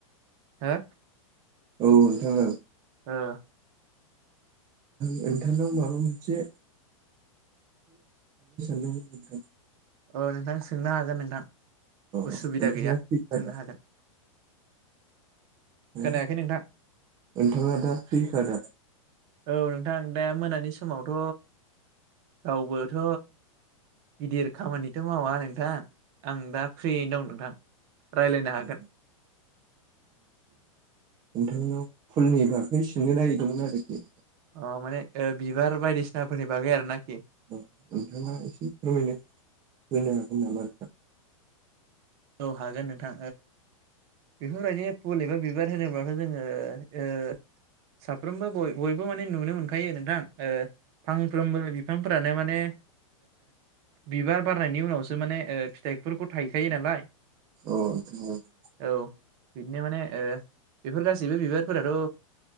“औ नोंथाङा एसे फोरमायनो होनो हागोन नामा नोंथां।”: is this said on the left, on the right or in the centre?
Right